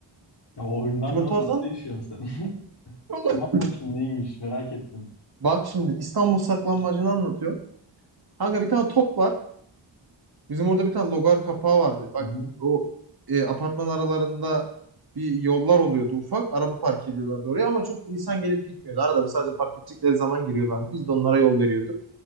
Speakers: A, on the left; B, on the right.
A: Ya o oyunlar
B: Kör
A: ne oğlum?
B: Tarzan
A: Nerede yaşıyorsun sen? <laughs>
B: <laughs>
A: Anlat bakayım neymiş merak ettim.
B: bak şimdi İstanbul Saklambaçı'nı anlatıyorum. Kanka bir tane top var. Bizim orada bir tane logar kapağı vardı. Bak
A: Hı hı.
B: o e, apartman aralarında bir yollar oluyordu ufak. Araba park ediyorlardı oraya ama çok insan gelip gitmiyordu. Arada bir sadece park edecekleri zaman giriyorlardı. Biz de onlara yol veriyorduk.